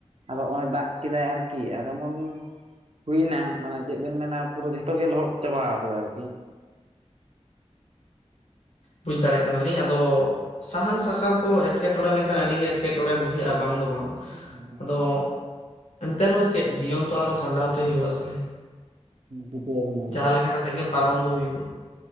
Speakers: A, on the right; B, on the left.
A: ᱟᱫᱚ ᱱᱚᱜ-ᱚᱭ ᱫᱟᱜ ᱠᱮᱫᱟᱭ ᱟᱨᱠᱤ ᱟᱨ ᱮᱢᱚᱱ, ᱦᱩᱭᱱᱟ ᱢᱟᱱᱮ ᱪᱮᱫ ᱵᱮᱱ ᱢᱮᱱᱟ ᱯᱩᱨᱟᱹ ᱡᱷᱚᱛᱚ ᱜᱮ ᱞᱚᱦᱚᱫ ᱪᱟᱵᱟᱣ ᱠᱟᱫᱟ ᱟᱨᱠᱤ᱾
B: ᱵᱩᱡᱽ ᱫᱟᱲᱮᱭᱟᱜ ᱠᱟᱱᱟᱞᱤᱧ ᱟᱫᱚ, ᱥᱟᱦᱟᱱ ᱥᱟᱠᱟᱢ ᱠᱚ ᱮᱴᱠᱮᱴᱚᱬᱮ ᱞᱮᱱᱠᱷᱟᱱ ᱟᱹᱰᱤ ᱜᱮ ᱮᱴᱠᱮᱴᱚᱬᱮ ᱵᱩᱡᱷᱟᱹᱜ-ᱟ ᱵᱟᱝ ᱫᱚ, ᱵᱟᱝ
A: ᱟᱹᱰᱤ <unintelligible>
B: ᱟᱫᱚ ᱮᱱᱛᱮ ᱨᱮᱦᱚᱸ ᱪᱮᱫ ᱡᱤᱭᱚᱱ ᱛᱚ ᱟᱫᱚ ᱠᱷᱟᱸᱰᱟᱣ ᱛᱮ ᱦᱩᱭᱩᱜ-ᱟ ᱥᱮ᱾
A: ᱪᱤᱠᱟᱹᱭᱟᱵᱮᱱ ᱢᱟ
B: ᱡᱟᱦᱟᱸ
A: ᱞᱟᱹᱭ ᱵᱮᱱ?
B: ᱞᱮᱠᱟ ᱠᱟᱛᱮ ᱜᱮ ᱯᱟᱨᱚᱢ ᱫᱚ ᱦᱩᱭᱩᱜ-ᱟ᱾